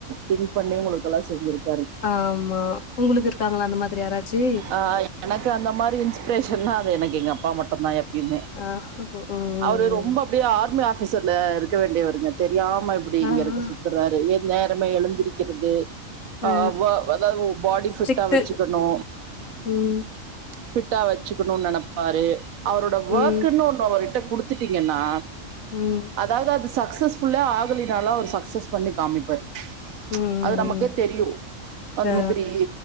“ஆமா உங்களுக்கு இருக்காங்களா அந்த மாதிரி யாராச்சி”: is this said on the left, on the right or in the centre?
Left